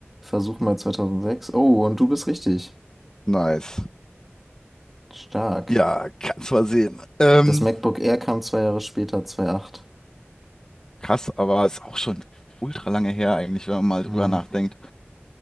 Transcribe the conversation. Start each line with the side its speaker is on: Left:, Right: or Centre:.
Centre: versuchen mal 2006. Oh, und du bist richtig.
Left: Nice.
Centre: Stark.
Left: Ja, kannst mal sehen. Ähm,
Centre: Das MacBook Air kam zwei Jahre später, 2.8.
Left: krass, aber ist auch schon ultra lange her eigentlich, wenn man mal
Centre: Ja.
Left: drüber nachdenkt.